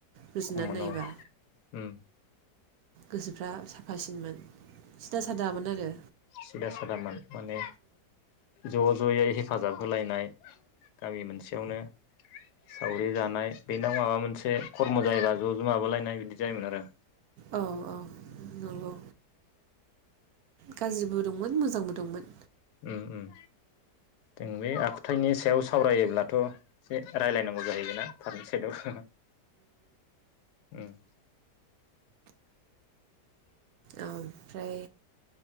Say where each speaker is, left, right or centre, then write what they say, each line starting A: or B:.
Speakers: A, on the right; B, on the left.
A: बुजिना
B: खममोन
A: नायोबा
B: औ उम
A: गोसोफ्रा साफासिनमोन सिदा सादामोन आरो
B: सिदा सादामोन माने ज' ज'यै हेफाजाब होलायनाय गामि मोनसेयावनो सावरि जानाय बे दा माबा मोनसे खर्म' जायोबा ज' ज' माबालायनाय बिदि जायोमोन आरो
A: औ-औ नंगौ गाज्रिबो दंमोन मोजांबो दंमोन
B: ओम-ओम जों बे आखुथाइनि सायाव सा सावरायोब्लाथ' एसे रायज्लायनांगौ जाहैयोना <unintelligible> साइदआव ओम
A: ओमफ्राय